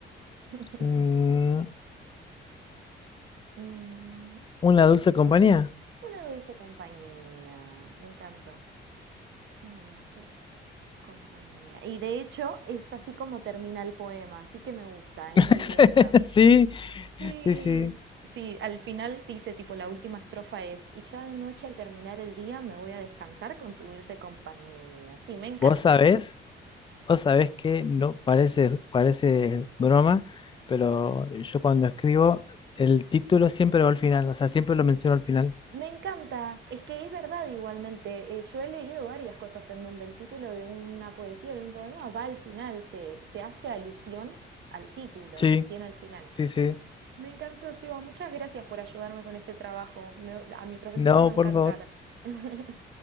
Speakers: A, on the right (about 65°); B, on the left (about 25°).
A: <laughs>
B: mm,
A: mm,
B: una dulce compañía.
A: Una dulce compañía. Me encantó. Una dulce compañía. Y de hecho es así como termina el poema, así que me gusta,
B: <laughs>
A: es muy linda.
B: Sí,
A: Sí.
B: sí, sí.
A: Sí, al final dice tipo la última estrofa es, y ya de noche al terminar el día me voy a descansar con tu dulce compañía. Sí, me encanta.
B: ¿Vos sabés? O sabes que no parece, parece broma, pero yo cuando escribo, el título siempre va al final, o sea, siempre lo menciono al final.
A: Me encanta, es que es verdad igualmente. eh, yo he leído varias cosas en donde el título de una poesía, de un poema, va al final, se, se hace alusión al título,
B: Sí,
A: recién al final.
B: sí, sí.
A: Me encantó, Seba, muchas gracias por ayudarme con este trabajo. me- a mi profesor
B: No,
A: le va a
B: por
A: encantar.
B: favor.
A: <laughs>